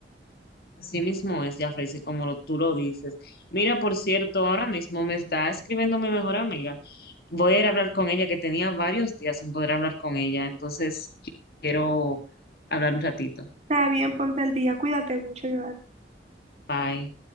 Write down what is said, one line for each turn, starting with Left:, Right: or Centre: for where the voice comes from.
Left: Así mismo es, Jafrey, sí, como lo- tú lo dices. Mira, por cierto, ahora mismo me está escribiendo mi mejor amiga. Voy a ir a hablar con ella, que tenía varios días sin poder hablar con ella. Entonces, quiero hablar un ratito.
Right: Está bien, ponte el día, cuídate mucho, Joan.
Left: Bye.